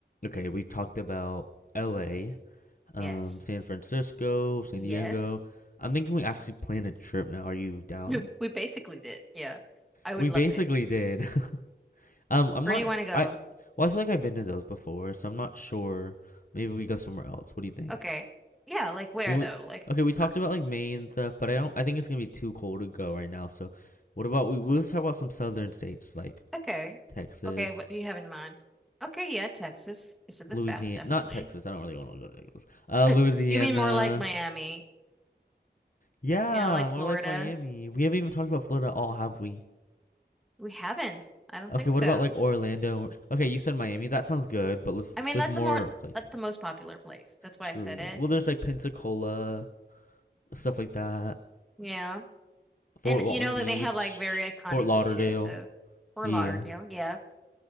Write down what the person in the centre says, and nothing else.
Yes.
Yes.
Yep. We basically did. Yeah. I would
love
to.
Where
do you
want to go?
Okay. Yeah, like where
though? Like
where?
Okay.
Okay, what do you have in mind? Okay, yeah, Texas is in the
south, definitely.
<laughs>
You mean more like Miami,
you know, like Florida?
We haven't. I don't
think
so.
I mean,
that's
the more
that's the most popular place. That's why
I said it.
Yeah.
And
you know
that they have like very iconic
beaches, so Fort
Lauderdale, yeah.